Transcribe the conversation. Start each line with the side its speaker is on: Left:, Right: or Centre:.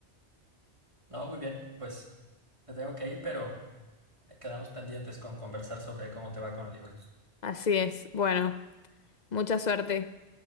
Right: No, muy bien. Pues me tengo que ir, pero eh, quedamos pendientes con conversar sobre cómo te va con el libro.
Left: Así es. Bueno, mucha suerte.